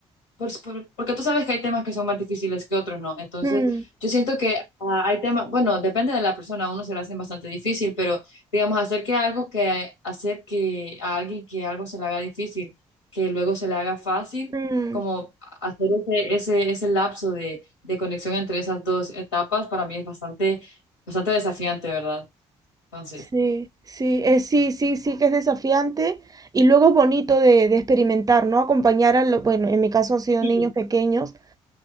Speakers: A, on the left; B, on the right.
A: pues, por- porque tú sabes que hay temas que son más difíciles que otros, ¿no? Entonces,
B: mm,
A: yo siento que ah, hay temas, bueno, depende de la persona, a uno se le hace bastante difícil, pero digamos, hacer que algo que, hacer que a alguien que algo se le haga difícil, que luego se le haga fácil,
B: mm.
A: como hacer ese, ese, ese lapso de, de conexión entre esas dos etapas, para mí es bastante, bastante desafiante, ¿verdad? Entonces,
B: Sí, sí, eh, sí, sí, sí, que es desafiante y luego es bonito de, de experimentar, ¿no? Acompañar a, lo- bueno, en mi caso han sido
A: Sí,
B: niños pequeños